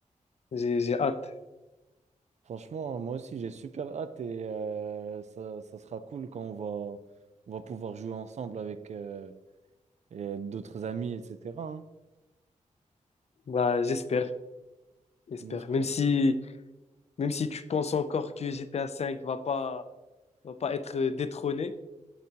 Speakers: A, on the left (about 55°); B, on the right (about 60°).
A: j'ai, j'ai hâte.
B: Franchement, moi aussi, j'ai super hâte et euh, ça, ça sera cool quand on va, on va pouvoir jouer ensemble avec euh, et d'autres amis, etc. hein.
A: Bah, j'espère, j'espère.
B: On espère.
A: Même si, Même si tu penses encore que GTA V va pas, va pas être détrôné,